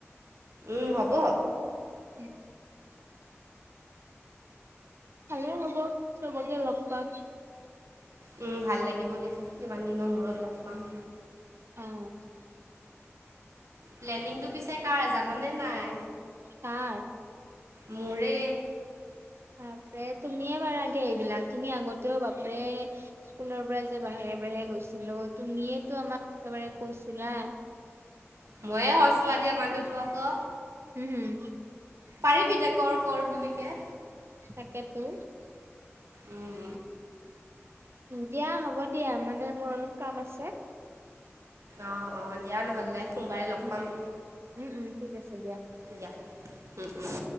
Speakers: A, on the right; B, on the right.
A: উম হ'ব।
B: উম। ভালে হ'ব, চবকে লগ পাম।
A: উম, ভাল লাগিব দিয়াচোন, ইমান দিনৰ মূৰত লগ পাম।
B: অ'।
A: প্লেনিংটো পিছে কাৰ জান নে নাই?
B: কাৰ?
A: মোৰে
B: বাপৰে, তুমিয়ে পাৰা দিয়া এইবিলাক। তুমি আগতেও বাপৰে স্কুলৰ পৰা যে বাহি একেবাৰে গৈছিলোঁ। তুমিয়েটো আমাক একেবাৰে কৈছিলা
A: ময়ে হছলা দিয়া মানুহটো আকৌ।
B: হুম - হুম।
A: পাৰিবি দে, কৰ-কৰ বুলি কে।
B: তাকেটো।
A: উম।
B: দিয়া, হ'ব দিয়া। মানে মোৰ অলপ কাম আছে।
A: অ' - অ', দিয়া নহলে। সোমবাৰে লগ
B: উম
A: পাম
B: - উম, উম - উম, ঠিক আছে দিয়া।
A: দিয়া। উম, উম।